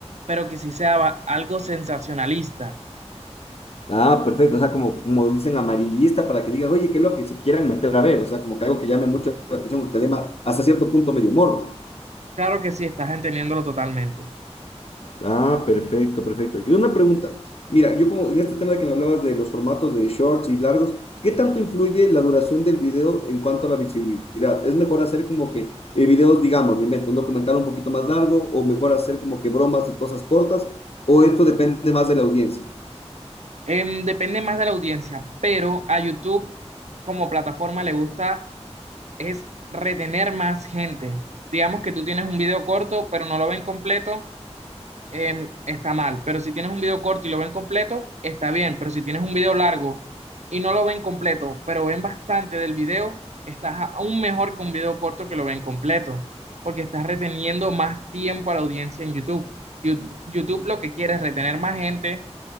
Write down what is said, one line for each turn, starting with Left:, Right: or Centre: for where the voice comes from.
Right: pero que sí sea va- algo sensacionalista.
Left: Ah, perfecto. O sea, como, como dicen amarillista para que digan, oye, qué loco, y se quieran meter a ver. O sea, como que algo que llame mucho la atención, o que dé ma- hasta cierto punto medio morbo.
Right: Claro que sí, estás entendiéndolo totalmente.
Left: Ah, perfecto, perfecto. Y una pregunta. Mira, yo como en este tema que me hablabas de los formatos de shorts y largos, ¿qué tanto influye la duración del video en cuanto a la visibilidad? ¿Es mejor hacer como que eh, videos, digamos, me invento, un documental un poquito más largo o mejor hacer como que bromas y cosas cortas? ¿O esto depende más de la audiencia?
Right: Em, depende más de la audiencia, pero a YouTube como plataforma le gusta es retener más gente. Digamos que tú tienes un video corto, pero no lo ven completo, eh, está mal. Pero si tienes un video corto y lo ven completo, está bien. Pero si tienes un video largo y no lo ven completo, pero ven bastante del video, estás aún mejor que un video corto que lo ven completo, porque estás reteniendo más tiempo a la audiencia en YouTube. You- YouTube lo que quiere es retener más gente